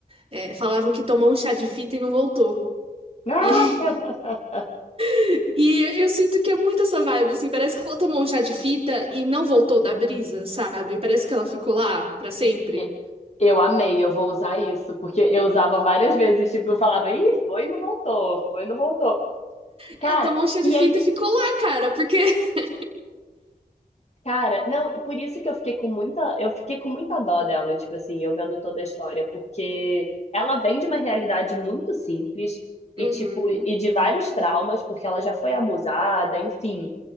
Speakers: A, on the right; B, on the left.
A: É, falavam que tomou um chá de fita e não voltou.
B: Ah!
A: E,
B: <laughs>
A: <laughs> e eu sinto que é muito essa vibe, assim, parece que ela tomou um chá de fita e não voltou da brisa, sabe? Parece que ela ficou lá pra sempre.
B: E- Eu amei, eu vou usar isso, porque eu usava várias vezes, tipo, eu falava, ih, foi e não voltou, foi e não voltou. Cara,
A: É, tomou um chá de
B: e
A: fita
B: é
A: e ficou lá, cara, porque. <laughs>
B: Cara, não, e por isso que eu fiquei com muita, eu fiquei com muita dó dela, tipo assim, eu vendo toda a história, porque ela vem de uma realidade muito simples e
A: Uhum,
B: tipo, e de vários traumas, porque ela já foi abusada, enfim.